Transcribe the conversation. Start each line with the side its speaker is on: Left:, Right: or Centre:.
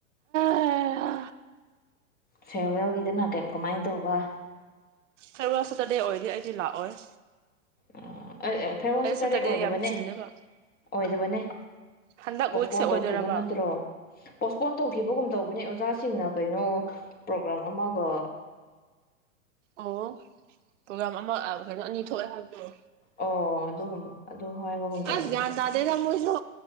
Right: ꯑꯦ ꯍ
Left: ꯐꯤꯌꯔꯋꯦꯜꯒꯤꯗꯨꯅ ꯀꯩꯝ ꯀꯃꯥꯏꯟ ꯇꯧꯕ
Right: ꯐ꯭ꯌꯔꯋꯦꯜ ꯁꯇꯔꯗꯦ ꯑꯣꯏꯗꯤ ꯑꯩꯗꯤ ꯂꯥꯛꯑꯣꯏ
Left: ꯑꯝ ꯑ ꯑꯩ ꯐꯌ꯭ꯔꯋꯦꯜ ꯁꯇꯔꯗꯦ
Right: ꯁꯦꯇꯔꯗꯦ
Left: ꯑꯣꯏꯗꯕꯅꯦ
Right: ꯌꯥꯝ ꯆꯤꯜꯂꯦꯕ
Left: ꯑꯣꯏꯗꯕꯅꯦ
Right: ꯍꯟꯗꯛ
Left: ꯄꯣꯁꯄꯣꯟ
Right: ꯋꯤꯛꯁꯦ ꯑꯣꯏꯗꯣꯏꯔꯕ
Left: ꯇꯧꯈꯤꯕ ꯅꯠꯇ꯭ꯔꯣ ꯄꯣꯁꯄꯣꯟ ꯇꯧꯈꯤꯕꯒꯨꯝ ꯇꯧꯕꯅꯦ ꯑꯣꯖꯥꯁꯤꯡꯅ ꯀꯩꯅꯣ ꯄ꯭ꯔꯣꯒ꯭ꯔꯥꯝ ꯑꯃꯒ
Right: ꯑꯣ ꯄꯣꯒ꯭ꯔꯥꯝ ꯑꯃ ꯀꯩꯅꯣ ꯑꯅꯤ ꯊꯣꯛꯑꯦ ꯍꯥꯏꯕꯗꯣ
Left: ꯑꯣ ꯑꯗꯨꯒꯨꯝ ꯑꯗꯨ ꯍꯥꯏꯕꯒꯨꯝ ꯇꯧꯕꯅꯦ
Right: ꯑꯁ ꯒ꯭ꯌꯥꯟ
Left: ꯑꯩꯁꯨ
Right: ꯇꯥꯗꯦꯗ ꯃꯣꯏꯁꯨ